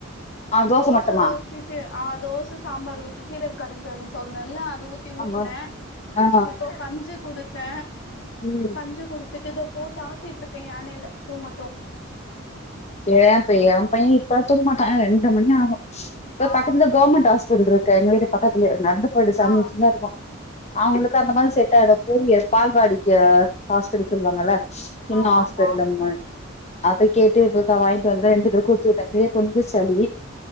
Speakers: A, on the left; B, on the left.
A: ஆ
B: தோச
A: மட்டுமா
B: ஊத்திட்டு ஆ தோச சாம்பார் ஊத்திட்டு கீரை கடஞ்சே நல்லா அது ஊத்தி ஊட்ன
A: ஆமா ஆ
B: இப்போ கஞ்சு குடுத்த
A: ம்
B: கஞ்சு குடுத்துட்டு தொ போட்டு ஆட்டிட்டுருக் இப்ப யானைல தூங்க
A: ஏ பைய ஏ பைய இப்பலா தூங்கமாட் ஆ ரெண்டர மணி ஆகு தொ
B: ஆ
A: பக்கத்துல கவர்மெண்ட் ஹாஸ்பிட்டல் இருக்கு எங்க வீட்டு பக்கத்துல நடந்து போயிட்டு <unintelligible>
B: ஆ
A: தா இருக்கோ அவங்களுக்கு அந்த மருந்து செட் ஆயிடு தூங்கியாது பால்வாடிக்கு ஹாஸ்பிட்டல் சொல்லுவாங்கல்ல சின்ன
B: ஆமா
A: ஹாஸ்பிட்டலம்ம
B: ஆமா
A: கேட்டுருக்க வாங்கிட்டு வந்து ரெண்டு பேருக்கு ஊத்திவுட்டே இப்பயே கொஞ்சமா சளி